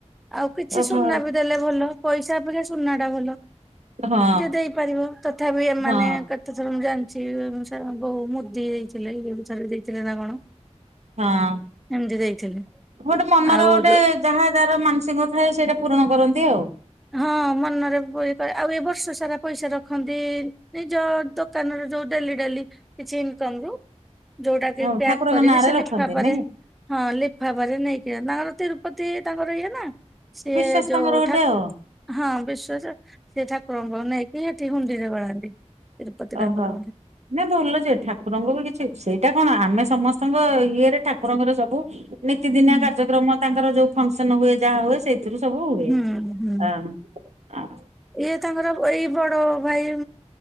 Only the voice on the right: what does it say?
ଓହୋ
ହଁ
ହଁ
ହଁ
ଗୋଟେ ମନର
ଗୋଟେ
ଯାହା ଯାହାର ମାନସିକ ଥାଏ ସେଇଟା ପୂରଣ କରନ୍ତି ଆଉ।
ଆଉ
ଠାକୁରଙ୍କ
ନାଁରେ
ରଖନ୍ତି ନାଇଁ
କି
ବିଶ୍ଵାସ
ତାଙ୍କର ଗୋଟେ
ଆଉ।
ଅ
ହ।
ନାଁ ଭଲଯେ ଠାକୁରଙ୍କୁ ବି କିଛି ସେଇଟା କଣ ଆମେ ସମସ୍ତଙ୍କ ଇଏରେ ଠାକୁରଙ୍କର ସବୁ ନିତିଦିନିଆ
କାର୍ଯ୍ୟକ୍ରମ ତାଙ୍କର ଯୋଉ ଫଙ୍କସନ ହୁଏ ଯାହା ହୁଏ ସେଇ ସେଥିରୁ ସବୁ ହୁଏ
ଆଁ ଆ।